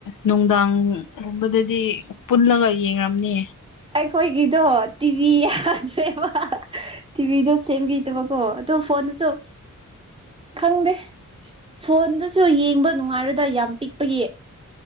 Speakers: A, on the left; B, on the right.
A: ꯅꯨꯡꯗꯥꯡꯒꯨꯝꯕꯗꯗꯤ ꯄꯨꯜꯂꯒ ꯌꯦꯡꯉꯝꯅꯤ
B: ꯑꯩꯈꯣꯏꯒꯤꯗꯣ ꯇꯤꯚꯤ ꯌꯥꯗ꯭ꯔꯦꯕ ꯇꯤꯚꯤꯗꯣ ꯁꯦꯝꯕꯤꯗꯕꯀꯣ ꯑꯗ‌ꯣ ꯐꯣꯟꯗꯨꯁꯨ ꯈꯪꯗꯦ ꯐꯣꯟꯗꯁꯨ ꯌꯦꯡꯕ ꯅꯨꯡꯉꯥꯏꯔ‌ꯣꯏꯗ ꯌꯥꯝ ꯄꯤꯛꯄꯒꯤ